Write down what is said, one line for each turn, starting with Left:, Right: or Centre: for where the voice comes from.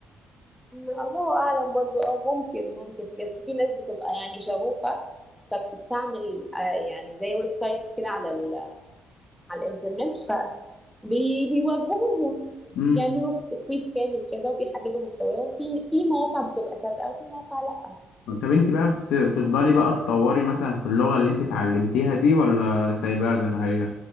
Centre: الله اعلم برضو اه ممكن ممكن بس في ناس بتبقى يعني شغوفة فبتستعمل آه، يعني زي ويب سايت كده على ال... على الانترنت فبيوجهوهم
Left: مم.
Centre: بيعملوا اخت- كويس كامل كده وبيحددوا مستواهم في في مواقع بتبقى صادقة وفي مواقع لا
Left: طب انت بقى بت- بتفضلي بقى تطوري مثلا في اللغة اللي انت اتعلمتيها دي ولا سايباها زي ما هي؟